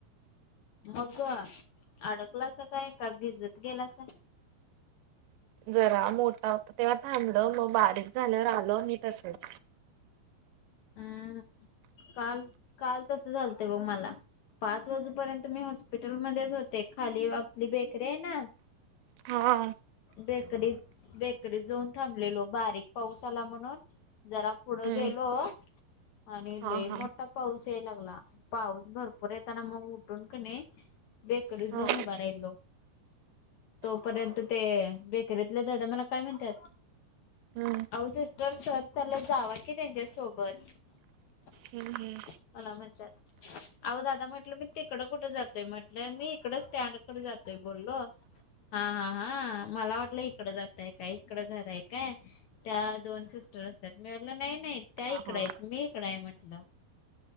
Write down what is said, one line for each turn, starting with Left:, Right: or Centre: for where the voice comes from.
Left: हो का अडकला अस काय का भिजत गेलासा.
Right: जरा मोठा होता तेव्हा थांबलं मग बारीक झाल्यार आल मी तसच.
Left: हम् काल काल तस चालतंय बघ मला. पाच वाजूपर्यंत मी हॉस्पिटलमध्येध्येच होते खाली आपली बेकरी आहे ना.
Right: हा.
Left: बेकरी बेकरीत जाऊन थांबलेलो बारीक पाऊस आला म्हणून जरा. पुढं
Right: हम्म
Left: गेलो. आणि
Right: हा
Left: लोई मोठा
Right: हा
Left: पाऊस याय लागला पाऊस भरपूर येताना मग उठून क नाही. बेक
Right: हा
Left: झोनू बाराहिलो. तोपर्यंत ते बेकरीतले ज मला काय म्हणतात.
Right: हम्म
Left: अह सिस्टर सर ला जावा की त्यांच्यासोबत. चलात
Right: हम्म
Left: हद म्हटलं मी. तिककडं कुठं जातोय म्हटलं मी इकड स्टँड कडे जातोय बोललो. हा हा हा मला वाटलं इकडं जातय काय इकडं घरय काय. त्या दोन सिस्टर असतात मीलं नाही नाही. त्या
Right: हा
Left: इकडं
Right: हा
Left: आहेत मी इकडं आहे म्हटलं